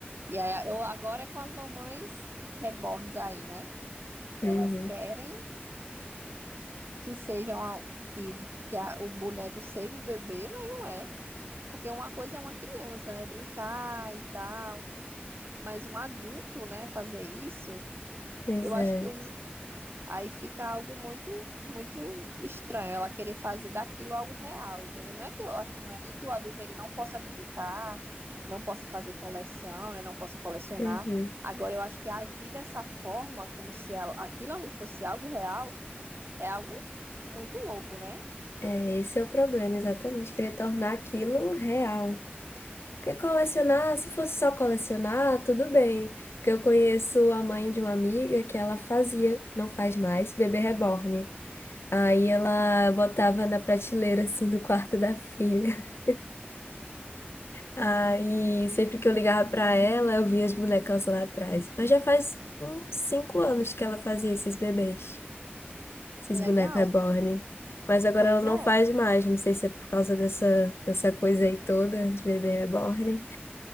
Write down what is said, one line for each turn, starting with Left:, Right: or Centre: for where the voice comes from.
Right: E aí, eu agora é com as mamães reborns aí, né? Que
Left: Uhum,
Right: elas querem que seja uma, que, que a- o boneco seja um bebê, mas não é. Porque uma coisa é uma criança, né? Brincar e tal. Mas um adulto, né? Fazer isso,
Left: pois
Right: eu acho
Left: é.
Right: que o, Aí fica algo muito, muito estranho ela querer fazer daquilo algo real, entendeu? Não é que eu acho que não é nem que o adulto ele não possa brincar, não possa fazer coleção, né? Não possa colecionar.
Left: Uhum.
Right: Agora eu acho que agir dessa forma, como se a- aquilo ali fosse algo real, é algo muito louco, né?
Left: É, esse é o problema, exatamente, querer tornar aquilo real. Porque colecionar, se fosse só colecionar, tudo bem. Porque eu conheço a mãe de uma amiga que ela fazia, não faz mais, bebê reborn. Aí ela botava na prateleira, assim, do quarto da filha. Aí sempre que eu ligava pra ela, eu via as bonecas lá atrás. Mas já faz uns cinco anos que ela fazia esses bebês. Esses
Right: Legal,
Left: bonecos reborn. Mas agora
Right: pois
Left: ela não
Right: é.
Left: faz mais. Não sei se é por causa dessa, dessa coisa aí toda de bebê reborn.